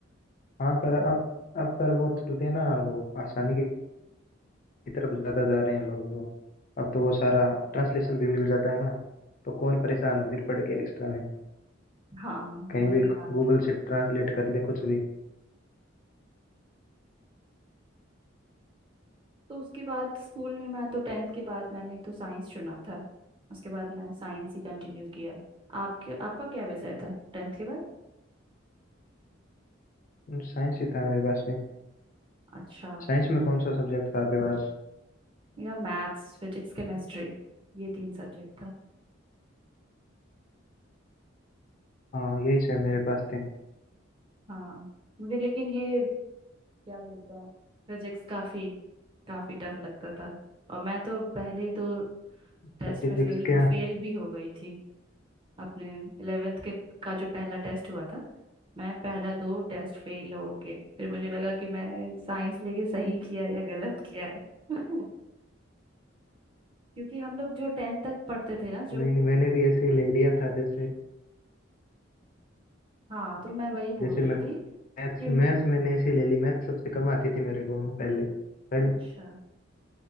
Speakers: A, on the left; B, on the right.
A: हाँ पर अब अब पर वो चलते हैं ना वो आसानी की की तरफ ज्यादा जा रहे हैं लोग वो अब तो वो सारा ट्रांसलेशन भी मिल जाता है ना तो कौन परेशान हो फिर पढ़ के एक्स्ट्रा में
B: हाँ
A: कहीं
B: ये
A: भी
B: भी बात
A: गूगल
B: है
A: से ट्रांसलेट कर ले कुछ भी
B: तो उसके बाद स्कूल में मैं तो टेंथ के बाद मैंने तो साइंस चुना था उसके बाद मैं साइंस ही कंटिन्यू किया आपके आपका क्या विषय था टेंथ के बाद
A: साइंस ही था मेरे पास में
B: अच्छा
A: साइंस में कौन सा सब्जेक्ट था आपके पास
B: मेरा मैथ्स फिजिक्स केमिस्ट्री ये तीन सब्जेक्ट था
A: हाँ यही से मेरे पास थे
B: हाँ मुझे लेकिन ये क्या बोलते हैं फिजिक्स काफी काफी टफ लगता था और मैं तो पहले दो
A: अच्छा
B: टेस्ट
A: फिजिक्स
B: में फेल
A: क्या
B: भी फेल भी हो गई थी अपने इलेवेंथ के का जो पहला टेस्ट हुआ था मैं पहला दो टेस्ट फेल हो के फिर मुझे लगा कि मैंने साइंस लेके सही किया है या गलत किया है <laughs> क्योंकि हम लोग जो टेंथ तक पढ़ते थे ना जो
A: नहीं नहीं मैंने भी ऐसे ही ले लिया था जैसे
B: हाँ तो मैं वही बोल
A: जैसे
B: रही
A: मैथ्स
B: थी कि
A: मैथ्स मैंने ऐसे ही ले ली मैथ्स सबसे कम आती थी मेरे को हाँ, पहले पहले
B: अच्छा